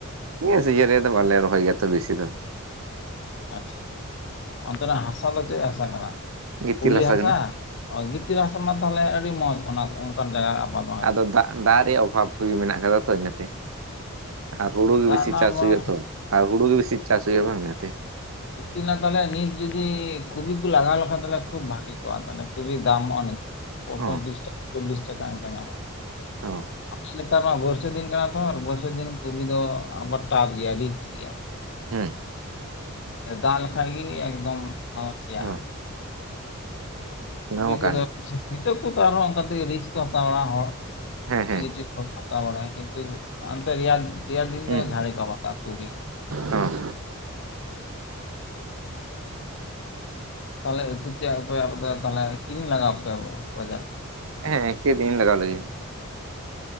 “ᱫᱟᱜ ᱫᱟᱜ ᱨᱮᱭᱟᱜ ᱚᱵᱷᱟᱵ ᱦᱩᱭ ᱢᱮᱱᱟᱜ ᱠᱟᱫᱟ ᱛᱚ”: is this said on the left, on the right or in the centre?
Right